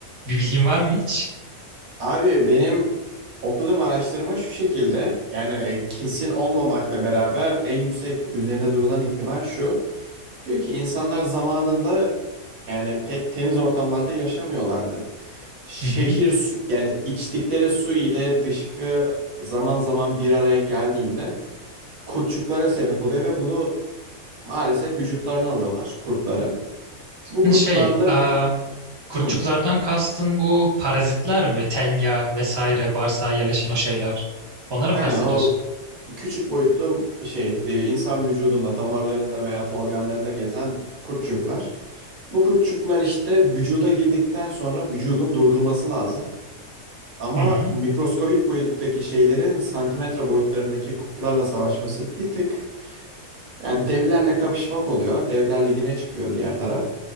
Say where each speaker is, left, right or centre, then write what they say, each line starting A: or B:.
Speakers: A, on the right (about 25°); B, on the right (about 70°).
A: Bir bilgin var mı hiç?
B: Abi benim okuduğum araştırma şu şekilde yani e, kesin olmamakla beraber en yüksek üzerinde durulan ihtimal şu. Diyor ki insanlar zamanında yani pek temiz ortamlarda yaşamıyorlardı. Şehir
A: Hı hı.
B: su, yani içtikleri su ile dışkı zaman zaman bir araya geldiğinde kurtçuklara sebep oluyor ve bunu maalesef vücutlarına alıyorlar kurtları. Bu kurtlarla
A: Hı, Şey, aa, kurtçuklardan
B: Hım,
A: kastın bu parazitler mi? Tenya vesaire bağırsağa yerleşen o şeyler. Onları
B: aynen
A: mı kastediyorsun?
B: o küçük boyutlu şey e, insan vücudunda damarlarında veya organlarında gezen kurtçuklar. Bu kurtçuklar işte vücuda girdikten sonra vücudun durdurması lazım. Ama
A: Hı hı.
B: mikroskobik boyuttaki şeylerin santimetre boyutlarındaki kurtlarla savaşması bir tık yani devlerle kapışmak oluyor. Devler ligine çıkıyor diğer taraf.